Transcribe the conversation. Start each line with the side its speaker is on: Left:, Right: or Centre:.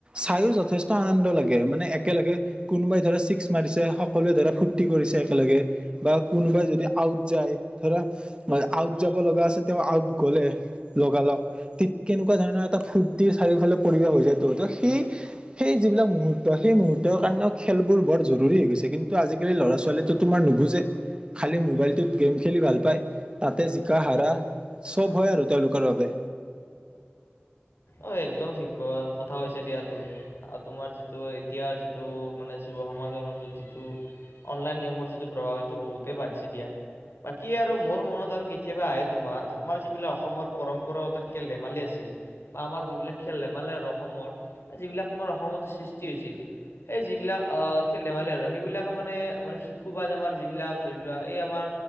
Right: চাইও যথেষ্ট আনন্দ লাগে মানে একেলগে কোনোবাই ধৰা ছিক্স মাৰিছে সকলো এ ধৰা ফূৰ্তি কৰিছে একেলগে বা কোনোবাই যদি আউট যাই ধৰা <unintelligible> আউট যাব লগা আছে তেওঁ আউট গ'লে লগালগ তি কেনেকুৱা ধৰণৰ এটা ফূৰ্তি চাৰিওফালে পৰিৱেশ হৈ যায় তো এটা সেই -সেই যিবিলাক মুহুৰ্ত সেই মুহূৰ্তৰ কাৰণেও খেলবোৰ বৰ জৰুৰী হৈ গৈছে কিন্তু আজিকালি ল'ৰা-ছোৱালীটো তোমাৰ নুবুজে খালি মোবাইলটোত গেম খেলি ভাল পায় তাত তে জিকা হাৰা চব হয় আৰু তেওঁলোকৰ বাবে।
Left: অ, একদম থিক কথা হৈছে দিয়াতো আৰু তোমাৰ যিটো এতিয়াৰ যিটো মানে যুৱ সমাজৰ মাজত যিটো অনলাইন গেমৰ যিটো প্ৰভাৱ সেইটো বহুতেই বাঢ়িছে দিয়া। বাকী আৰু মোৰ মনত আৰু কেতিয়াবা আহে তোমাৰ আমাৰ যিবিলাক অসমৰ পৰম্পৰাগত খে খেল-ধেমালি আছে বা আমাৰ যিবিলাক খেল ধেমালি আৰু অসমৰ এ যিবিলাক তোমাৰ অসমতে সৃষ্টি হৈছিল এ যিবিলাক আহ, খেল-ধেমালি আৰু সেইবিলাকে মানে শিশু মানে শিশু পাই যাই আমাৰ যিবিলাক ধৰি লোৱা এই আমাৰ